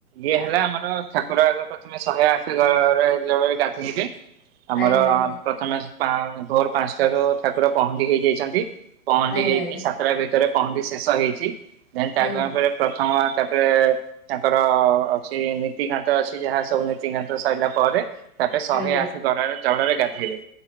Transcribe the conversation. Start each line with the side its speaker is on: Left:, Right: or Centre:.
Right: ଇଏ ହେଲା ଆମର ଠାକୁର ଆଗର ପ୍ରଥମେ ଶହେ <unintelligible> ଗା ଧେଇବେ ଆମର
Centre: ଆଜ୍ଞା ଆଜ୍ଞା
Right: ପ୍ରଥମେ ଭୋର ପାଞ୍ଚଟାରୁ ଠାକୁର ପହଣ୍ଡି ହେଇ ଯାଇଛନ୍ତି ପହଣ୍ଡି
Centre: ଆଜ୍ଞା
Right: ହେଇକି
Centre: ଆଜ୍ଞା
Right: ସା ଯାତ୍ରା ଭିତରେ ପହଣ୍ଡି ଶେଷ ହେଇଛି ଦେନ୍ ତାପରେ
Centre: ଆଜ୍ଞା
Right: ପ୍ରଥମ ତାପରେ ତାଙ୍କର ଅଛି ନୀତି ଘାଟ ଅଛି ଯାହା ସବୁ ନୀତି ଘାଟ ସରିଲା ପରେ ତାପରେ ଶହେ
Centre: ଆଜ୍ଞା
Right: ଆଠ ଗଡାରେ ଜଳରେ ଗାଧୋଇବେ